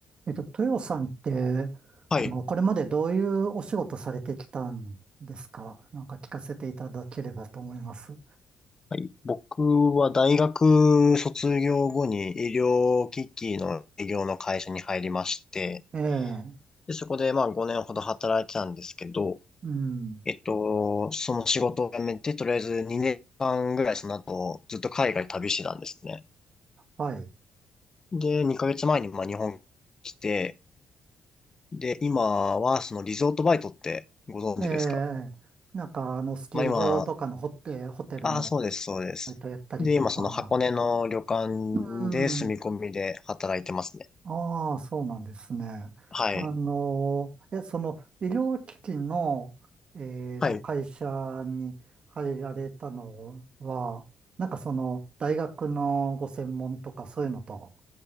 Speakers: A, on the right; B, on the left.
A: えっと、豊さんって、
B: はい。
A: あの、これまでどういうお仕事されてきたんですかなんか聞かせていただければと思います。
B: はい、僕は大学卒業後に医療機器の営業の会社に入りまして、
A: ええ、
B: で、そこでまあ5年ほど働いてたんですけど、
A: うん。
B: えっと、その仕事を辞めて、とりあえず2年間ぐらいその後ずっと海外旅してたんですね。
A: はい。
B: で、2ヶ月前にまあ日本に来て、で、今はそのリゾートバイトってご存知ですか
A: ええ、なんか、あの、スキー場とかのホテ、
B: まあ今、
A: ホテルの
B: ああ、そうです、そうです。
A: バイトやったりとか。
B: で、今その箱根の旅館
A: うん。
B: で住み込みで働いてますね。
A: ああ、そうなんですね。
B: はい。
A: あの、え、その医療機器の、えっと、
B: はい。
A: 会社に入られたのは、なんかその大学のご専門とかそういうのと